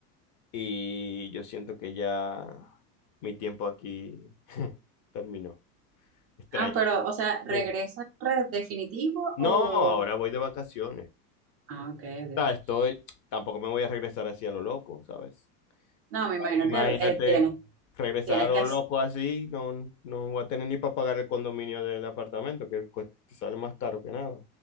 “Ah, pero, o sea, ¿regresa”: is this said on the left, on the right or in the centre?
Right